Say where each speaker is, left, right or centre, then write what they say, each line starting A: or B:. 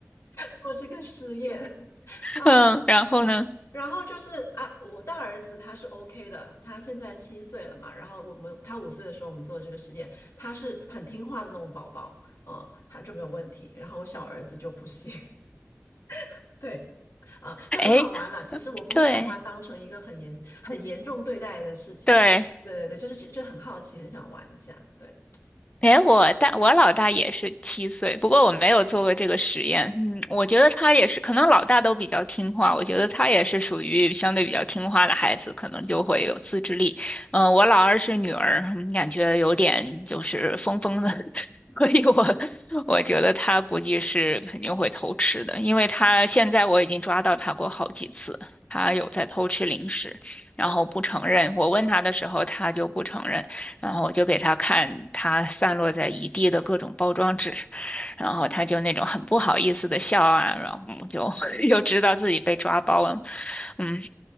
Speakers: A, on the left; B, on the left.
A: <laughs> 做这个实验啊，
B: 嗯，然后呢？
A: 然后就是啊，我大儿子他是 OK 的，他现在七岁了嘛，然后我们他五岁的时候我们做这个实验，他是很听话的那种宝宝，嗯、他就没有问题，然后我小儿子就不行，<laughs> 对。啊，就很好玩了。
B: 哎，
A: 其实我不会把它当成一个很严、
B: 对。
A: 很严重对待的事情。
B: 对，
A: 对对对，就是这这很好奇，很想玩一下。对，
B: 哎，我大我老大也是七岁，不过我没有做过这个实验。嗯，我觉得他也是，可能老大都比较听话，我觉得他也是属于相对比较听话的孩子，可能就会有自制力。嗯、我老二是女儿，嗯感觉有点就是疯疯的，<laughs> 所以我我觉得他估计是肯定会偷吃的，因为他现在我已经抓到他过好几次，他有在偷吃零食，然后不承认。
A: 嗯，
B: 我问他的时候，他就不承认。然后我就给他看他散落在一地的各种包装纸，然后他就那种很不好意思的笑啊，然后我就 <laughs> 又知道自己被抓包了。嗯，